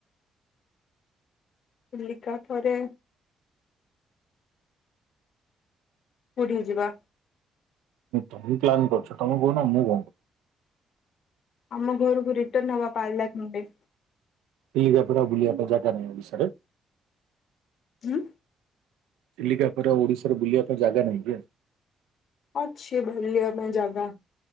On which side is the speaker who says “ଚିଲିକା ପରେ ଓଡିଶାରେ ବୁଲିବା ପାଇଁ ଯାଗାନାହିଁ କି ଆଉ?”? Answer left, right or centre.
Right